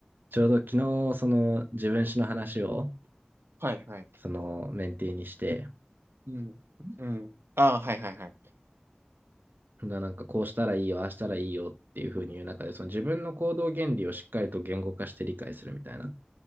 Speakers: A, on the right (about 55°); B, on the right (about 80°).
A: ちょうど昨日、その自分史の話を、
B: はいはい。
A: そのメンティーにして、
B: うん。うん。ああ、はいはいはい。
A: だなんかこうしたらいいよ、ああしたらいいよっていうふうに言う中で、その自分の行動原理をしっかりと言語化して理解するみたいな